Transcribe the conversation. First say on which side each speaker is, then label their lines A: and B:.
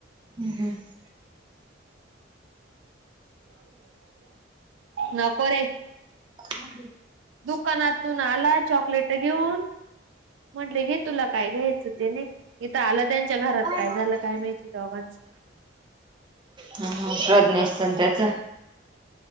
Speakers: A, on the right (about 25°); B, on the right (about 80°).
A: हम हम्््हुम <unintelligible>
B: नको रे.
A: हो गे
B: दुकानातून आला चॉकलेट घेऊन. म्हटले घे तुला काय घ्यायचं ते ने. इथं आलं त्यांच्या घरात
A: हम्म.
B: काय झालं काय माहिती दोघांच?
A: हा हा प्रज्ञेश आणि त्याच.